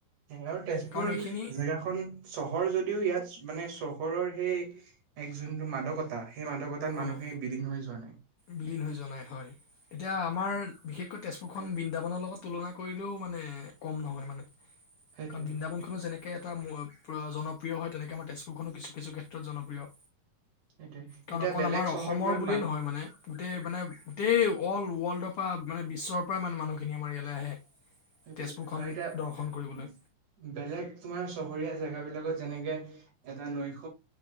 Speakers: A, on the right; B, on the left.
A: আৰু তেজপুৰ
B: কাৰণ এইখিনি
A: জেগাখন চহৰ যদিও ইয়াত মানে চহ ঘৰৰ সেই এক যোনটো মাদকতা সেই মাদকতাত
B: অঁ
A: মানুহখিনি বিলীন হৈ যোৱা নাই
B: বিলীন হৈ জাই হয় এতিয়া আমাৰ বিশেষকৈ তেজপুৰখন বৃন্দাবনৰ লগত তুলনা কৰিলেও মানে কম নহয় মানে
A: সেইটোৱে
B: কাৰণ বৃন্দাবন খো যেনেকে ে এটা জনপ্ৰিয় হয় তেনেকে আমাৰ তেজপুৰখনো কিছু কিছু ক্ষেত্ৰত জনপ্ৰিয়
A: সটোোৱ
B: কাৰণ
A: এতিয়া
B: অকল
A: বেলেগ
B: আমাৰ অসমৰ
A: চহৰবোৰত
B: বুলিয়ে
A: মান
B: নহয় মানে মানে গোটেই অল ৱৰ্ল্ডৰ পৰা মানে বিশ্বৰ পৰা ইে মানুহখিনি আমাৰ ইয়ালৈ আহে
A: সেইটোয়ে
B: তেজপুৰখন
A: আৰু এতিয়া
B: দৰ্শন কৰিবলৈ
A: বেলেগ তোমাৰ চহৰীয়া জেগ বিলাকত যেনেকৈ এটা নৈশ